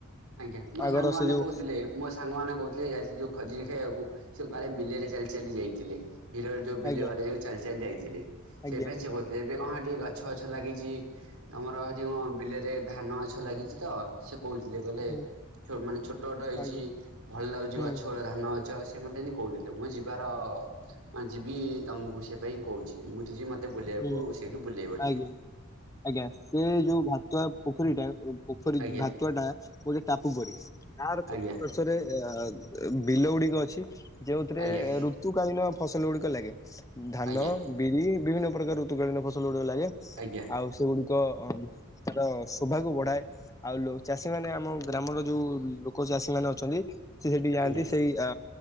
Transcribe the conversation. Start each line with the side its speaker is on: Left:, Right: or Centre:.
Right: ଆଜ୍ଞା ମୋ
Left: ଆଗର
Right: ସାଙ୍ଗ ମାନେ
Left: ସେ ଯୋଉ
Right: କହୁଥିଲେ। ମୋ ସାଙ୍ଗ ମାନ କହୁଥିଲେ ଯାଇଥିଲି ଯୋଉ ଖଜୁରୀ ଖାଇବାକୁ। ସେ କାଳେ ବିଲରେ ଚାଲି ଚାଲି ଯାଇଥିଲେ। ହିଡରେ ଯଉ ବିଲ
Left: ଆଜ୍ଞା
Right: ବାଡେ ଯୋଉ ଚାଲି ଚାଲି ଯାଇଥିଲେ
Left: ଆଜ୍ଞା
Right: ସେପାଇ ସେ କହୁଥି ଏବେ କଣ ଟିକେ ଗଛ ଫଛ ଲାଗିଛି। ଆମର ଏଠି କଣ ବିଲରେ ଧାନ ଗଛ ଲାଗିଛି ତ ସେ କହୁ ଥିଲେ କହିଲେ
Left: ହୁଁ
Right: ଛୋ ମାନେ ଛୋଟ ଟ ହେଇଛି
Left: ଆଜ୍ଞା
Right: ଭଲ ଲାଗୁଛି
Left: ହୁଁ
Right: ଗଛଗୁଡ଼ା ଧାନ ଗଛ ସେ ମତେ ଏମିତି କହୁଥିଲେ। ମୁଁ ଯିବାର ମୁଁ ଯିବି ତମକୁ ସେ ପାଇଁ କହୁଛି ମୁ ଠୁ ଯିବି ମୋତେ ବୁଲିବାକୁ
Left: ହୁଁ
Right: ସେଇଠୁ ବୁଲେଇବ ଟିକେ।
Left: ଆଜ୍ଞା। ଆଜ୍ଞା ସେ ଯୋଉ ଭାତୁଆ ପୋଖରୀଟା ଓ ପୋଖରୀ
Right: ଆଜ୍ଞା
Left: ଭାତ ତୁଆଟା ଗୋଟେ ଟାପୁ ପରି। ଗାଁର ଚତୁଃପାଶ୍ୱରେ
Right: ଆଜ୍ଞା
Left: ଅ ବିଲ ଗୁଡିକ ଅଛି। ଯଉଥିରେ
Right: ଆଜ୍ଞା ଆଜ୍ଞା
Left: ଋତୁକାଳୀନ ଫସଲ ଗୁଡିକ ଲାଗେ। ଧାନ
Right: ଆଜ୍ଞା
Left: ବିରି ବିଭିନ୍ନ ପ୍ରକାର ଋତୁକାଳୀନ ଫସଲ ଗୁଡିକ ଲାଗେ
Right: ଆଜ୍ଞା ଆଜ୍ଞା
Left: ଆଉ ସେଗୁଡିକ ଅ ତାର ଶୋଭାକୁ ବଢାଏ। ଆଉ ଲୋ ଚାଷୀ ମାନେ ଆମ ଗ୍ରାମର ଯୋଉ ଲୋକ ଚାଷୀ ମାନେ ଅଛନ୍ତି ସେ ସେଠି ଯାଆନ୍ତି
Right: ଆଜ୍ଞା
Left: ସେଇ ଅ